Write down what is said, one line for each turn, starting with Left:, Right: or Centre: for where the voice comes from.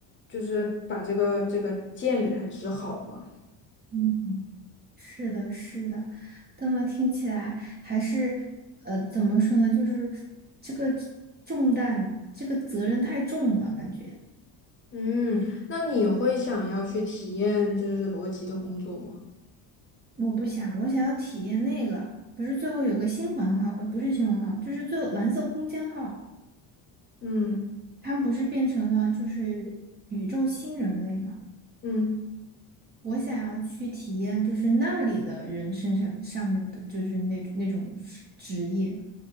Left: 就是把这个这个剑给它指好嘛。
Right: 嗯，是的，是的，这么听起来还是呃，怎么说呢？就是这个重担，这个责任太重了，感觉
Left: 嗯，那你会想要去体验就是逻辑的工作吗？
Right: 我不想，我想要体验那个，不是最后有个新环号，呃不是新环号，就是最后蓝色空间号。
Left: 嗯
Right: 他们不是变成了就是宇宙新人类嘛？
Left: 嗯。
Right: 我想要去体验，就是那里的人身上上面的，就是那那种职职业。